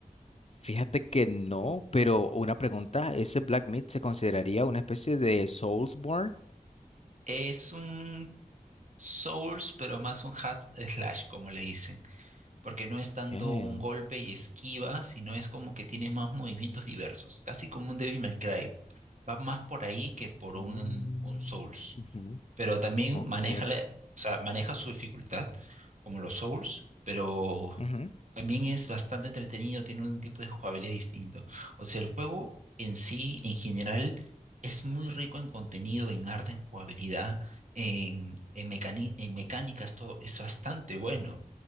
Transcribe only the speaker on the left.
Fíjate que no, pero una pregunta, ¿ese Black Myth se consideraría una especie de Soulsborne?
Okay,
Mm,
ujú,
Ok.
ujú,